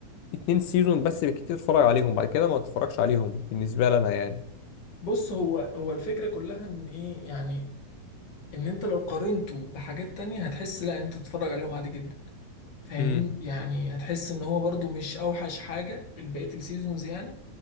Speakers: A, on the left (about 75°); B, on the left (about 35°).
A: اتنين سيزون بس بالكتير اتفرج عليهم بعد كده ما اتفرجش عليهم بالنسبة لي انا يعني
B: بص هو هو الفكرة كلها إن إيه يعني إن أنت لو قارنته بحاجات تانية هتحس لأ أنت تتفرج عليهم عادي جدا فاهمني
A: امم
B: يعني هتحس إن هو برضو مش أوحش حاجة بقية السيزونز يعني